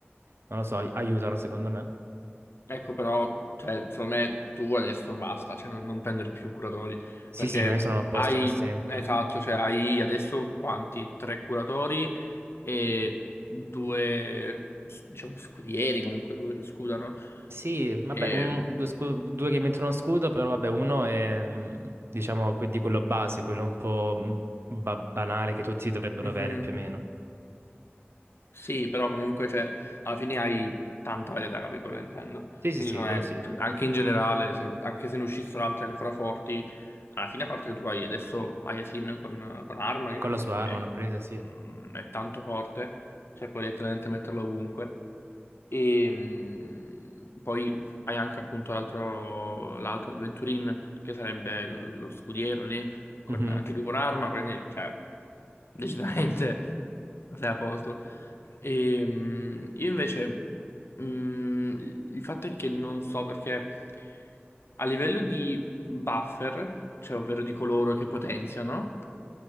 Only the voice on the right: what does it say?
non lo so, ai- aiutano secondo me.
Sì,
sì, non ne sono apposta
per sempre.
Sì, vabbè,
un- due, scu- due che mettono scudo, però vabbè, uno è, mm, diciamo, que- di quello base, quello un po' mm, ba- banale che tutti dovrebbero
avere più o meno.
Sì, sì,
sì,
quello
sì.
Con la sua arma
l'ho presa, sì.
Mhm.